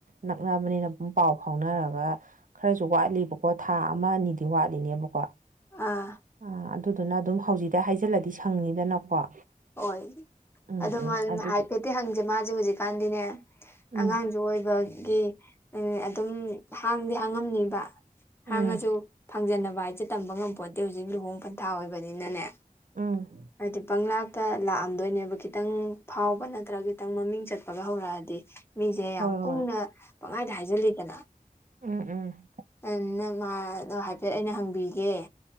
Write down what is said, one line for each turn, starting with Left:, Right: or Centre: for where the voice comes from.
Right: ꯅꯛꯅꯕꯅꯤꯅ ꯑꯗꯨꯝ ꯄꯥꯎ ꯐꯥꯎꯅꯔꯒ ꯈꯔꯁꯨ ꯋꯥꯠꯂꯤꯕꯀꯣ ꯊꯥ ꯑꯃ ꯑꯅꯤꯗꯤ ꯋꯥꯠꯂꯤꯅꯦꯕꯀꯣ
Left: ꯑꯥ
Right: ꯑꯥ ꯑꯗꯨꯗꯨꯅ ꯑꯗꯨꯝ ꯍꯧꯖꯤꯛꯇꯒꯤ ꯍꯥꯏꯖꯤꯜꯂꯗꯤ ꯁꯪꯅꯤꯗꯅꯀꯣ
Left: ꯍꯣꯏ
Right: ꯎꯝ
Left: ꯑꯗꯨ
Right: ꯎꯝ ꯑꯗꯨꯒꯤ
Left: ꯍꯥꯏꯐꯦꯠꯇꯤ ꯍꯪꯁꯦ ꯃꯥꯁꯦ ꯍꯧꯖꯤꯛꯀꯥꯟꯗꯤꯅꯦ
Right: ꯎꯝ
Left: ꯑꯉꯥꯡꯁꯨ ꯑꯣꯏꯕꯒꯤ ꯎꯝ ꯑꯗꯨꯝ ꯍꯥꯡꯗꯤ ꯍꯥꯡꯉꯝꯅꯤꯕ
Right: ꯎꯝ
Left: ꯍꯥꯡꯉꯁꯨ ꯐꯥꯡꯖꯟꯅꯕ ꯕ ꯍꯥꯏꯁꯦ ꯇꯝꯕ ꯉꯝꯄꯣꯠꯇꯦ ꯍꯧꯖꯤꯛ ꯂꯨꯍꯣꯡ ꯄꯟꯊꯥ ꯑꯣꯏꯕꯅꯤꯅꯅꯦ
Right: ꯎꯝ
Left: ꯍꯥꯏꯗꯤ ꯄꯡꯂꯥꯛ ꯇ ꯂꯥꯛꯑꯝꯗꯣꯏꯅꯦꯕ ꯈꯤꯇꯪ ꯐꯥꯎꯕ ꯅꯠꯇ꯭ꯔꯒ ꯈꯤꯇꯪ ꯃꯃꯤꯡ ꯆꯠꯄꯒ ꯍꯧꯔꯛꯑꯗꯤ ꯃꯤꯁꯦ
Right: ꯍꯣꯏ
Left: ꯌꯥꯝ
Right: ꯍꯣꯏ
Left: ꯀꯨꯡꯅ ꯄꯪꯍꯥꯏꯗ ꯍꯥꯏꯖꯤꯜꯂꯤꯗꯅ
Right: ꯎꯝ ꯎꯝ
Left: ꯑꯗꯨꯅ ꯃꯥꯗꯣ ꯍꯥꯏꯐꯦꯠ ꯑꯩꯅ ꯍꯪꯕꯤꯒꯦ